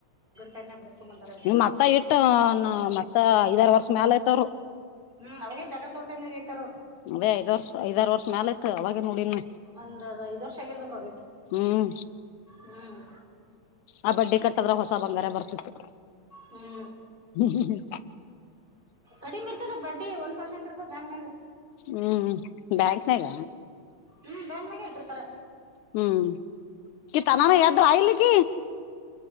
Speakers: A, on the right; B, on the left.
A: ಟೈಮ್ನಾಗ ಬಿಡಿಸ್ಕೊಂಬಂದಾರ ಅಲ್ಲಿ
B: ನಿ ಮತ್ತ ಇಟ್ಟು ಮತ್ತ ಐದಾರ ವರ್ಷ ಮೇಾಲ ಐತವ್ರು
A: ಹ್ಮ್ ಅವಾಗ ಜಗ ತೋಟಾಗ ಇಐತಾರ
B: ಅದೇ ಐದ ವರ್ಷ ಐದಾರು ವರ್ಷ ಮ್ಯಾಲ ಇಯತ್ತು ಅವಾಗೆ ನೋಡಿಿನ
A: ಒಂದದ ಐದ್ ವರ್ಷ ಆಗಿರ್ಬೇಕ ಅವ್ರೇಟ್ು
B: ಹ್ಮ್
A: ಹ್ಮ್
B: ಆ ಬಡ್ಡಿ ಕಟ್ಟದ್ರ ಹೊಸ ಬಂಗಾರ ಬರ್ತಿತಿ
A: ಹ್ಞೂ
B: ಹ್ಮ್್ಮ ಹ್ಮ
A: ಕಡಿಮೆ ಬಡ್ಡಿ ಒಂದು ಪರ್ಸೆಂಟ್ ಇರ್ದೆ ಬ್ಯಾಂಗ್ನದು
B: ಹ್ಮ್ ಬಾಗನಾಗ
A: ಹ್ಮ್ ಬೆಣ್ಣಗೆ ಇಟ್ಟಿರ್ತಾರ
B: ಹ್ಮ್ ತನಾನ
A: ಒಂದು ಪರ್ಸೆಂಟ್
B: ಯಾದ್ರ ಆಯಲಿ ಕ